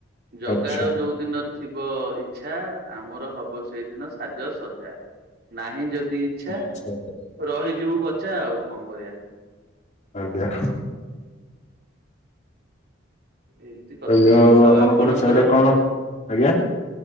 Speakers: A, on the right; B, on the left.
A: ଜଗାର
B: ଆଚ୍ଛା
A: ଯୋଉ ଦିନ ଥିବ ଇଚ୍ଛା ଆମର ହବ ସେଇଦିନ ସାଜ ସଜା ନାହିଁ ଯଦି ଇଚ୍ଛା
B: ଆଚ୍ଛା।
A: ରହିଯିବୁ ବଚା ଆଉ କଣ କରିବା।
B: ଆଜ୍ଞା।
A: ଏମିତି କଥା
B: ଏବେ
A: ହଉ ଆଉ ଆପଣଙ୍କର?
B: ସିଆଡେ କଣ ଆଜ୍ଞା